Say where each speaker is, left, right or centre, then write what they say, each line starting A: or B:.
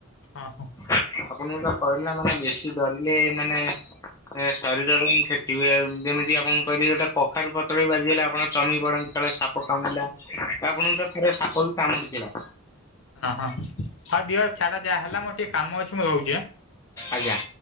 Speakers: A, on the left; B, on the left.
A: ଅ ହୁଁ।
B: ଆପଣ କୁ ଯୋଉଟା କହିଲେ ନା ମାନେ ବେଶୀ ଡରିଲେ ମାନେ ଶରୀର ପାଇଁ କ୍ଷ୍ୟ ଯେବି ଯେମିତି ଆପଣକୁ କହିଲି ଗୋଟେ କଖାରୁ ପତ୍ର ବି ବାଜିଗଲା ଆପଣ ଚମିକି ପଡନ୍ତି ଯେତେବେଳେ ସାପ କାମୁିଡିଲା ଆପଣଙ୍କୁ ତ ଥରେ ସାପ ବି କାମୁଡିଥିଲା।
A: ଅ, ହଁ ହଉ ଦିଅ ଛାଡ ଯାହା ହେଲା ମୋର ଟିକେ କାମ ଅଛି ମୁଁ ରହୁଛି ଆଁ।
B: ଆଜ୍ଞା।